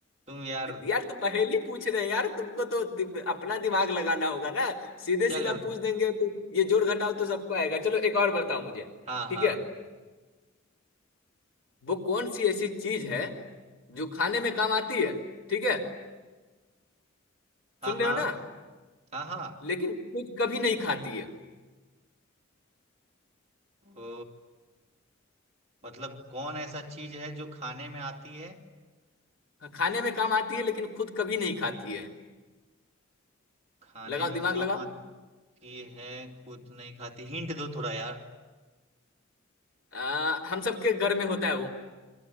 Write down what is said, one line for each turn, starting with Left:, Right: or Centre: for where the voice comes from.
Right: तुम यार
Left: यार तो पहेली पूछ रहे हैं यार तुमको तो दि- अपना दिमाग लगाना होगा ना सीधे
Right: चलो
Left: सीधा पूछ देंगे तो ये जोड़ घटाव तो सबको आएगा चलो एक और बताओ मुझे
Right: हाँ
Left: ठीक
Right: हाँ
Left: है वो कौन सी ऐसी चीज है जो खाने में काम आती है ठीक है
Right: हाँ
Left: सुन
Right: हाँ
Left: रहे हो ना
Right: हाँ हाँ
Left: लेकिन खुद कभी नहीं खाती है
Right: ओ मतलब कौन ऐसा चीज है जो खाने में आती है
Left: हाँ, खाने में काम आती है लेकिन खुद कभी नहीं खाती है
Right: खाने
Left: लगाओ
Right: में
Left: दिमाग
Right: काम
Left: लगाओ
Right: आती है खुद नहीं खाती हिंट दो थोड़ा यार
Left: आ, हम सबके घर में होता है वो